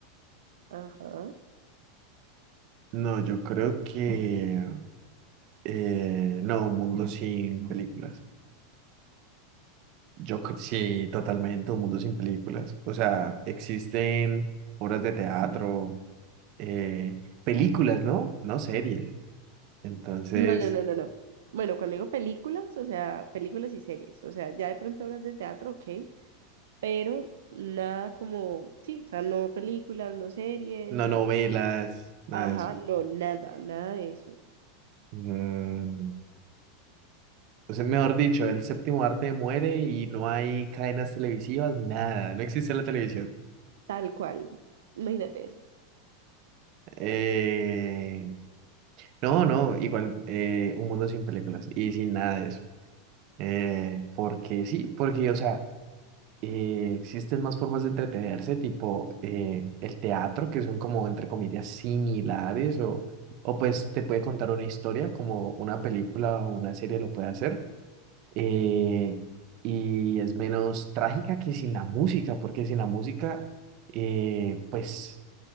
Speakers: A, on the right; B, on the right.
A: Ajá.
B: no, yo creo que eh, no, un mundo sin películas. Yo cre- sí, totalmente, un mundo sin películas. O sea, existen obras de teatro, eh, películas, ¿no? No series. Entonces,
A: No, no, no, no, no. Bueno, cuando digo películas, o sea, películas y series, o sea, ya de pronto obras de teatro, ok, pero nada como, sí, o sea, no películas, no series,
B: no
A: o
B: novelas,
A: sea,
B: nada
A: ajá,
B: de eso.
A: no, nada, nada de eso,
B: Mm, o sea, mejor dicho, el séptimo arte muere y no hay cadenas televisivas, nada, no existe la televisión.
A: tal cual, imagínate eso.
B: Eh, No, no, igual eh, un mundo sin películas y sin nada de eso. Eh, porque sí, porque, o sea, eh, existen más formas de entretenerse, tipo eh, el teatro, que son como, entre comillas, similares, o, o pues te puede contar una historia, como una película o una serie lo puede hacer. eh, y es menos trágica que sin la música, porque sin la música, eh, pues,